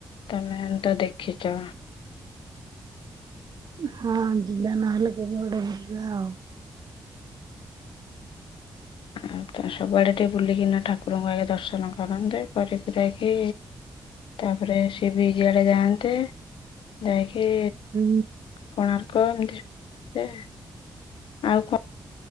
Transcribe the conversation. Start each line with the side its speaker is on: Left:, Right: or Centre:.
Left: ତମେ ମାନେ ତ ଦେଖିଚ।
Right: ହଁ ଯିବା ନହେଲେ କେବେ ଗୋଟେ ବୁଲିବା ଆଉ।
Left: ଆଉ ତ ସବୁଆଡେ ଟିକେ ବୁଲିକିନା ଠାକୁରଙ୍କୁ ଆଗେ ଦର୍ଶନ କରନ୍ତେ କରି କୁରେଇ କି ତାପରେ ସିଏ ବି ଯୁଆଡେ ଯାଆନ୍ତେ ଯାଇକି
Right: ହୁଁ।
Left: କୋଣାର୍କ ଏମିତି ଆ ଆଉ କଣ